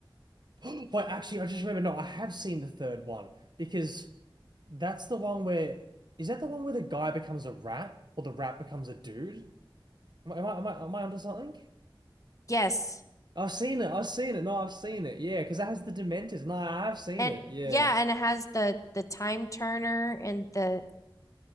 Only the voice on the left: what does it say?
yes.
And
yeah, and it has the the time turner and the